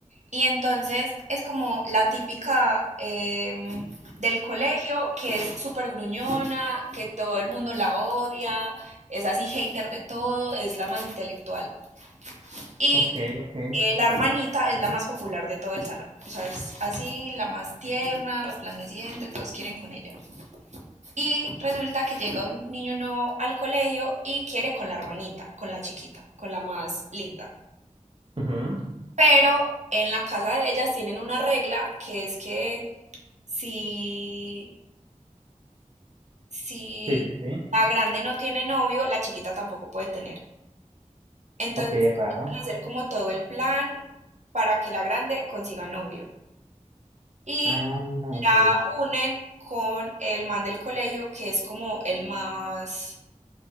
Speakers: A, on the right; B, on the right.
A: Y entonces es como la típica eh, del colegio que es súper gruñona, que todo el mundo la odia, es así hater de todo, es la más intelectual. Y
B: Ok, ok.
A: eh, la hermanita es la más popular de todo el salón. O sea, es así, la más tierna, resplandeciente, todos quieren con ella. Y resulta que llega un niño nuevo al colegio y quiere con la hermanita, con la chiquita, con la más linda.
B: Ujú.
A: Pero en la casa de ellas tienen una regla que es que Si, si
B: Sí, sí, sí.
A: la grande no tiene novio, la chiquita tampoco puede tener. Entonces,
B: Ok, es raro.
A: van a hacer como todo el plan para que la grande consiga novio. Y
B: Ah,
A: la
B: ok.
A: unen con el man del colegio, que es como el más,